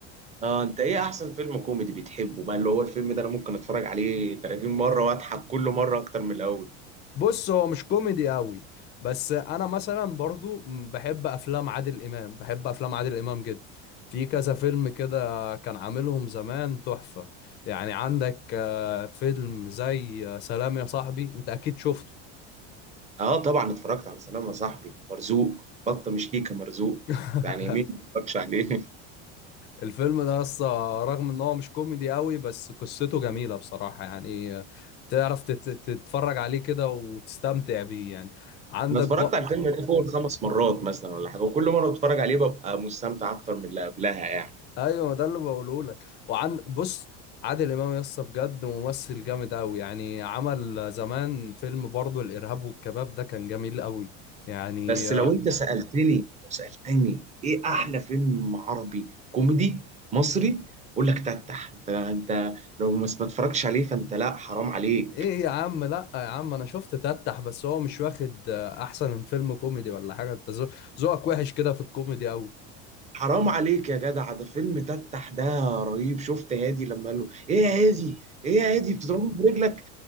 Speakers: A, on the right (about 20°); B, on the left (about 30°).
A: اه انت ايه احسن فيلم كوميدي بتحبه بقى اللي هو الفيلم ده انا ممكن اتفرج عليه 30 مرة واضحك كل مرة اكتر من الاول
B: بص هو مش كوميدي قوي بس انا مثلا برضو بحب افلام عادل امام بحب افلام عادل امام جدا في كذا فيلم كده كان عاملهم زمان تحفة يعني عندك آه، فيلم زي آه، سلام يا صاحبي انت اكيد شفته
A: اه طبعا اتفرجت على سلام يا صاحبي مرزوق بطة مش ليكة مرزوق
B: <laughs>
A: يعني مين ما اتفرجش عليه <laughs>
B: الفيلم ده اصلا رغم ان هو مش كوميدي قوي بس قصته جميلة بصراحة يعني آه، تعرف تت- تتفرج عليه كده وتستمتع بيه يعني عندك
A: انا اتفرجت على الفيلم ده فوق الخمس مرات مثلا ولا حاجة وكل مرة بتفرج عليه ببقى مستمتع اكتر من اللي قبلها يعني
B: ايوه ما ده اللي بقوله لك وعن بص عادل امام يا اسطى بجد ممثل جامد قوي يعني عمل زمان فيلم برضه الارهاب والكباب ده كان جميل قوي يعني
A: بس
B: آه،
A: لو انت سألتني لو سألتني ايه احلى فيلم عربي كوميدي مصري اقول لك تتح انت انت لو ما ما اتفرجتش عليه فانت لا حرام عليك
B: ايه يا عم لا يا عم انا شفت تتح بس هو مش واخد آه، احسن فيلم كوميدي ولا حاجه انت ذو- ذوقك وحش كده في الكوميدي قوي
A: حرام عليك يا جدع ده فيلم تتح ده رهيب شفت هادي لما قال له ايه يا هادي ايه يا هادي بتضربه برجلك